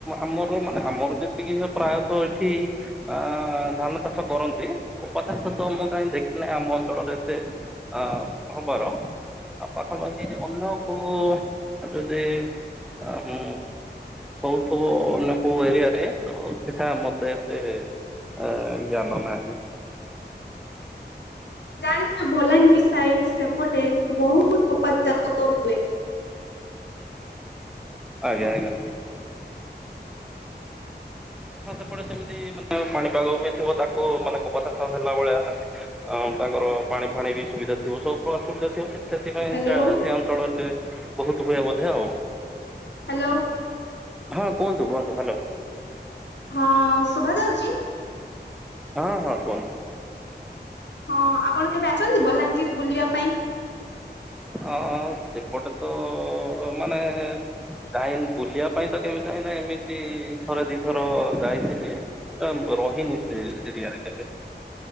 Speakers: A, in the centre; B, on the left.
A: ଆମର ମାନେ ଆମର ଯଦି ଏତିକି ପ୍ରାୟତଃ ଏଠି ଅ ଧାନ ଚାଷ କରନ୍ତି କପା ଚାଷ ତ ମୁଁ କାହିଁ ଦେଖି ନାହିଁ ଆମ ଅଞ୍ଚଳରେ ଏତେ ଅ ହବାର ର ପାଖାପାଖି ଅନ୍ୟ <unintelligible> ଅ ଉଁ ହୋଉଥୁବ ଆଲା କୋଉ ଏରିଆ ରେ <unintelligible> ଆମର ତ ଏତେ ଅ ଜ୍ଞାନ ନାହିଁ।
B: ଜାଣିଥିବେ ବଲାଙ୍ଗୀର ସାଇଟ ସେପଟେ ବହୁତ କପା ଚାଷ ହୁଏ।
A: ଆଜ୍ଞ ଆଜ୍ଞା। ହଁ ସେପଟେ ସେମିତି ମାନେ ମାଣିପାଗ ହୋଇଥିବ ତାକୁ ମାନେ କପାଚାସ ହେଲା ଭଳିଆ। ଅ ତାଙ୍କର ପାଣି ଫାଣି ବି ସୁବିଧା ଥିବ ସବୁ ଅସୁବିଧା ଥିବ ସେଥିପାଇଁ
B: ହ୍ୟାଲୋ
A: ସେ ଅଞ୍ଚଳରେ ବହୁତ ହୁଏ ବୋଧେ ଆଉ।
B: ହ୍ୟାଲୋ।
A: ହଁ କୁହନ୍ତୁ କୁହନ୍ତୁ ହ୍ୟାଲୋ।
B: ହଁ ଶୁଭା ଯାଉଚି?
A: ହଁ ହଁ କୁହନ୍ତୁ।
B: ହଁ ଆପଣ କେବେ ଆସନ୍ତି ବଲାଙ୍ଗୀର ବୁଲିବା ପାଇଁ?
A: ଅ ସେପଟେ ତ ମାନେ <unintelligible> ବୁଲିବା ପାଇଁ ତ କେମତି ଯାଇନା ଏମିତି ଥରେ ଦିଥର ଯାଇଥିଲି <unintelligible> ରହିନୀ ସେରିିଆରେ କେବେ।